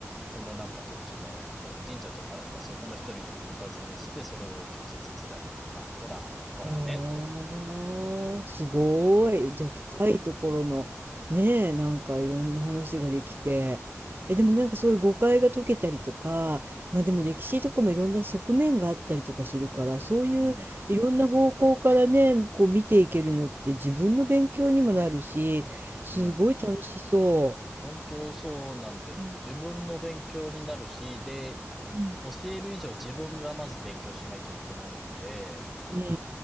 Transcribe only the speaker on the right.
ああ、すごい。
じゃあ深いところのねえ、なんかいろんな話ができて。え、でもなんかそういう誤解が解けたりとか、まあでも歴史とかもいろんな側面があったりとかするから、そういういろんな方向からね、
こう見ていけるのって自分の勉強にもなるし、すごい楽しそ
う。う
ん
うんうんう